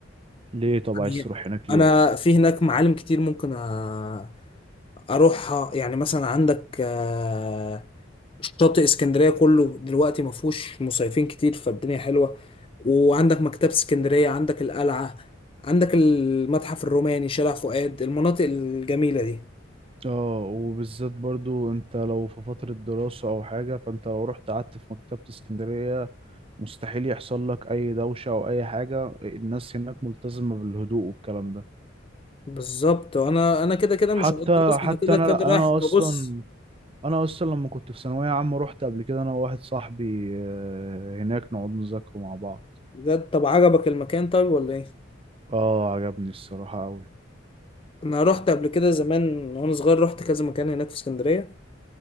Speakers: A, on the right (about 30°); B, on the left (about 30°).
A: ليه طب عايز
B: يعني
A: تروح هناك
B: انا
A: ليه
B: في هناك معالم كتير ممكن أ- اروحها يعني مثلا عندك آه، شاطئ اسكندريه كله دلوقتي ما فيهوش مصيفين كتير فالدنيا حلوه وعندك مكتبه اسكندريه عندك القلعه عندك المتحف الروماني شارع فؤاد المناطق الجميله دي
A: اه وبالذات برضو انت لو في فترة دراسة او حاجة فانت لو رحت قعدت في مكتبة اسكندرية مستحيل يحصل لك اي دوشة او اي حاجة الناس هناك ملتزمة بالهدوء والكلام ده
B: بالظبط وانا انا كده كده
A: حتى
B: مش هقعد دراسه
A: حتى
B: انا كده
A: انا
B: كده رايح
A: انا
B: ببص
A: اصلا انا اصلا لما كنت في ثانويه عامه رحت قبل كده انا وواحد صاحبي آه، هناك نقعد نذاكره مع بعض
B: ده طب عجبك المكان طيب ولا ايه
A: اه عجبني الصراحه قوي
B: انا رحت قبل كده زمان وانا صغير رحت كذا مكان هناك في اسكندريه